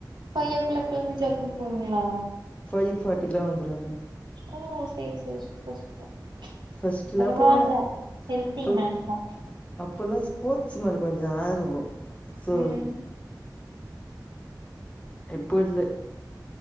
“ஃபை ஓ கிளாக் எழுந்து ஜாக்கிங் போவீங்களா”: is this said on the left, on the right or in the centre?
Right